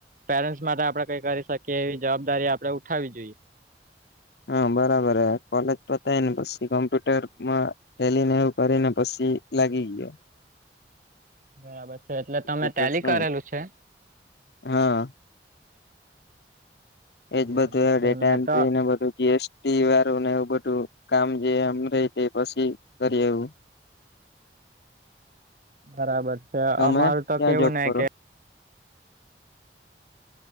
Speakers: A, on the right; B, on the left.
A: પેરેન્ટ્સ માટે આપડે કઈ કરી શકીએ એવી જવાબદારી આપડે ઉઠાવવી જોઈએ.
B: હા બરાબર હ કોલેજ પતાય ને પછી કોમ્પ્યુટરમાં ટેલી ને એવું કરીને પછી લાગી ગયો.
A: બરાબર છે એટલે તમે
B: એ
A: ટેલી
B: તો શું
A: કરેલું છે
B: હા એજ
A: બરાબર
B: બધું
A: છે
B: ડેટા
A: મેં
B: એન્ટ્રી
A: તો
B: ને બધું જી એસ ટી વારુ ને એવું બધું કામ જે એમ રેયતે પછી કરી એવું
A: બરાબર છે
B: તમે
A: અમારું તો
B: ક્યાં
A: કેવું
B: જોબ
A: ને
B: કરો
A: કે